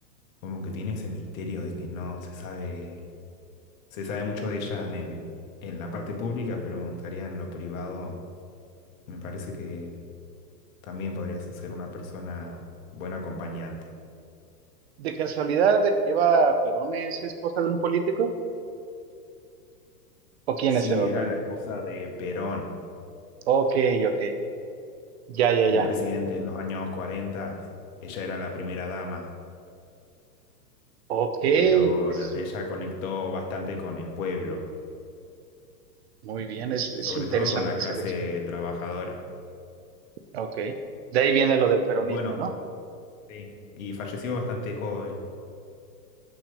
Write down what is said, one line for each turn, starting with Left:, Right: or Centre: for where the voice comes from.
Left: como que tiene ese misterio de que no se sabe, se sabe mucho de ella en el, en la parte pública, pero me gustaría en lo privado, me parece que También podrías ser una persona buen acompañante.
Right: ¿De casualidad Eva Perón es esposa de un político? ¿O quién
Left: Sí,
Right: es Eva
Left: era
Right: Perón?
Left: la esposa de Perón,
Right: Ok, ok. Ya, ya,
Left: un
Right: ya.
Left: presidente en los años 40. Ella era la primera dama,
Right: Ok,
Left: pero
Right: es-
Left: ella conectó bastante con el pueblo,
Right: muy bien, es, es
Left: sobre
Right: interesante
Left: todo con la clase
Right: selección.
Left: trabajadora.
Right: Ok. De ahí viene lo del peronismo,
Left: Y bueno,
Right: ¿no?
Left: sí. Y falleció bastante joven.